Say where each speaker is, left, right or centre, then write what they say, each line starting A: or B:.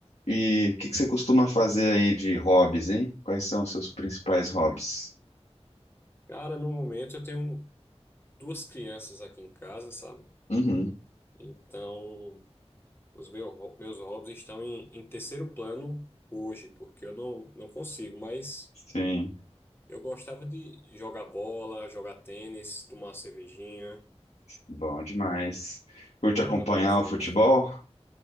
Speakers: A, on the left; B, on the left.
A: e, e o que que você costuma fazer aí de hobbies, hein? Quais são os seus principais hobbies?
B: Cara, no momento eu tenho duas crianças aqui em casa, sabe?
A: Uhum,
B: Então, os meu, meus hobbies estão em, em terceiro plano hoje, porque eu não, não consigo, mas
A: sim,
B: eu gostava de jogar bola, jogar tênis, tomar uma cervejinha,
A: bom demais. Curte
B: eram
A: acompanhar
B: meus hobbies.
A: o futebol?